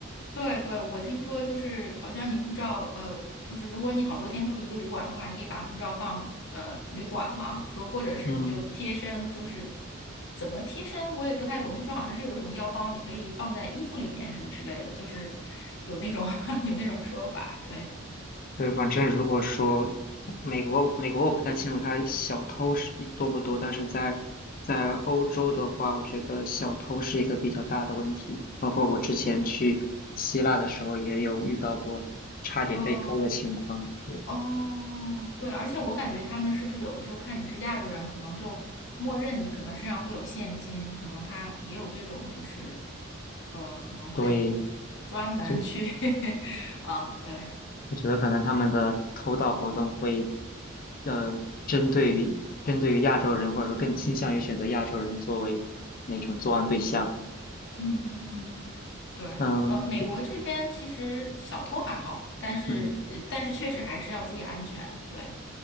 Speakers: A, on the left; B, on the left.
A: 对对，我听说就是好像你护照，呃，就是如果你好多天住一个旅馆的话，你可以把护照放呃旅馆嘛，说或者是你就贴身，
B: 嗯，
A: 就是怎么贴身我也不太懂，就说好像是有一种腰包，你可以放在衣服里面什么之类的，就是有那种 <laughs> 有那种说法，对，
B: 对，反正如果说美国，美国我不太清楚他小偷是多不多，但是在在欧洲的话，我觉得小偷是一个比较大的问题。包括我之前去希腊的时候，也有遇到过差点被偷的情况。
A: 哦，
B: 对，
A: 哦，对，而且我感觉他们是不是有的时候看你是亚洲人，可能就默认你可能身上会有现金，可能他也有这种就是，呃，可能会
B: 对，
A: 专门去
B: 就
A: <laughs> 啊，对，
B: 我觉得可能他们的偷盗活动会，呃，针对于针对于亚洲人，或者说更倾向于选择亚洲人作为那种作案对象。
A: 嗯嗯嗯，对，
B: 嗯，
A: 呃，美国这边其实小偷还好，
B: 不，
A: 但是呃，
B: 嗯。
A: 但是确实还是要注意安全，对。